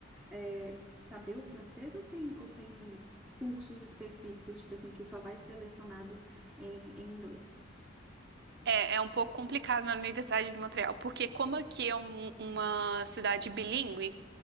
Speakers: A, in the centre; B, on the right (about 60°).
A: é, saber o francês ou tem, ou tem cursos específicos, tipo assim, que só vai ser lecionado em, em inglês?
B: É, é um pouco complicado na Universidade de Montreal, porque como aqui é um- uma cidade bilíngue,